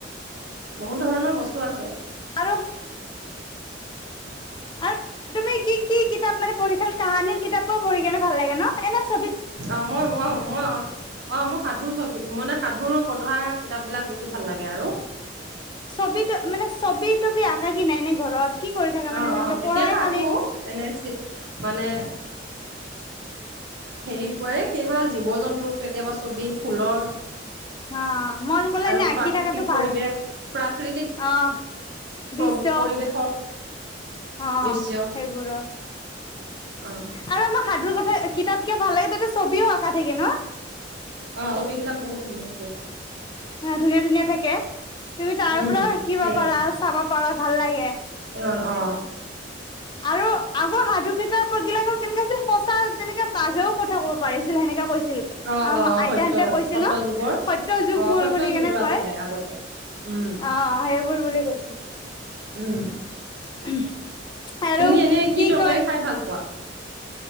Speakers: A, on the right; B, on the left.
A: বহুত ধৰণৰ বস্তু আছে
B: আৰু অ'। আৰু তুমি কি কি কিতাপ মানে পঢ়িছাল কাহানীৰ কিতাপক পঢ়ি কেনে ভাল লাগে‌ এনেছ
A: অ' মই অ মই অ অ মই সাধুৰ ছবি মানে সাধুৰ কথা কিতাপ বিলাক বেছি ভাল লাগে আৰু।
B: ছবি তো মানে ছবি তবি আকাই কিনে নে ঘৰত? কি কৰি থাকা মানে
A: অ',
B: যেনেকে
A: অ', কেতিয়াবা
B: পঢ়াই খালি
A: আকো এনে মানে হেৰি পৰে কেতিয়াবা জীৱ- জন্তুৰ, কেতিয়াবা ছবি, ফুলৰ
B: হা মন গ'লে
A: আৰু
B: এনে আঁকি
A: প্ৰাকৃতিক
B: থাকাটো
A: পৰিৱেশ
B: ভাল
A: প্ৰাকৰিতিক
B: অ', দৃশ্য
A: প্ৰ - পৰিৱেশৰ
B: অ'
A: দৃশ্য
B: সেইবোৰো।
A: অ
B: আৰু আমাক সাধুৰ কথা কিতাপ কিয় ভাল লাগে তাতে ছবিও আঁকা থাকে ন?
A: অ' ছবিবিলাক বহুত ধুনীয়া ধুনীয়া।
B: হ ধুনীয়া ধুনীয়া থাকে। তুমি তাৰ
A: উম
B: পৰাও শিকিব
A: সেইয়াই
B: পাৰা, চাবা পাৰা ভাল লাগে।
A: অ অ
B: আৰু আগৰ সাধুকেইটাৰ পগিলা ঘৰ কেনেকে আছিল সঁচা তেনেকা বাঘেও কব পাৰিছিল সেনেকাে কৈছিল।
A: অ
B: আৰু
A: অ
B: আইতাহঁতে
A: সত্য
B: কৈছিলে
A: সত্ৰ যুগৰ
B: সত্য যুগ
A: অ
B: বোৰ
A: সত্ৰ
B: বুলি কেনে
A: যুগৰ
B: কয়।
A: আছিলে আগতে উম
B: অ সেইবোৰ বুলি কৈছো।
A: উম
B: <unintelligible> আৰু
A: তুমি এনে
B: কি
A: তৰকাৰী
B: কয়
A: খাই ভাল পোৱা